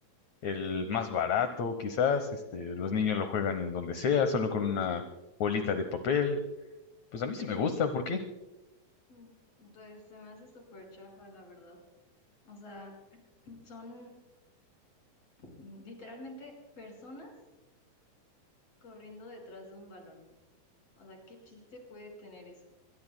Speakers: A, on the left; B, on the left.
A: el más barato, quizás. Este, los niños lo juegan en donde sea, solo con una bolita de papel. Pues a mí sí me gusta, ¿por qué?
B: mm, pues se me hace súper chafa, la verdad. O sea, son mm, literalmente personas corriendo detrás de un balón. O sea, ¿qué chiste puede tener eso?